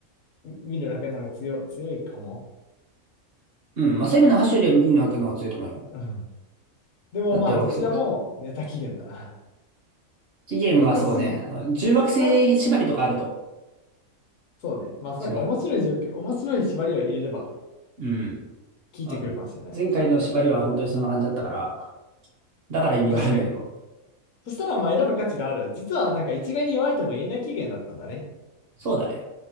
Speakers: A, on the left; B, on the right.
A: 見るだけなんか強強いかも。
B: うん、まあ、セブンの8種より見のくのはが強いと思うよ。
A: うん。でもまあ、
B: だって惑星は、
A: どちらもネタ期限だな。
B: 期限はそうね、
A: ただし、
B: あの重惑星縛りとかあると
A: ただ、そうね。まあ、なんか面白い状況、
B: 違う。
A: 面白い縛りを入れれば、
B: うん。
A: 効いてくるかもしれない。
B: あの、前回の縛りは本当にそんな感じだったから、だから意味があるんだけど。
A: 確かに。そしたらまあ、選ぶ価値がある。実はなんか一概に弱いとも言えない期限だったんだね。
B: そうだね。